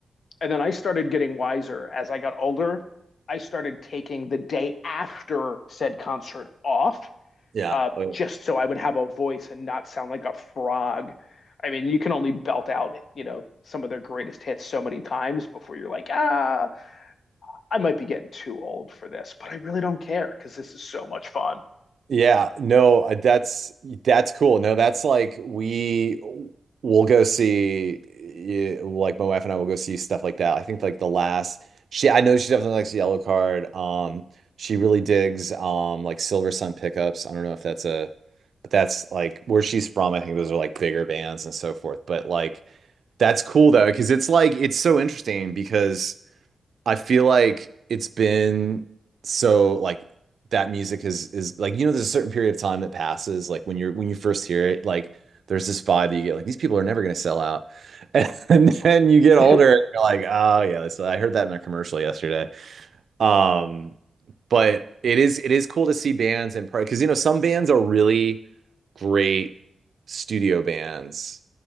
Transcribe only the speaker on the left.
and then i started getting wiser as i got older i started taking the day after said concert off
uh,
just so i would have a voice and not sound like a frog i mean you can only belt out you know some of their greatest hits so many times before you're like ah I might be getting too old for this, but I really don't care because this is so much fun.
<laughs>
Third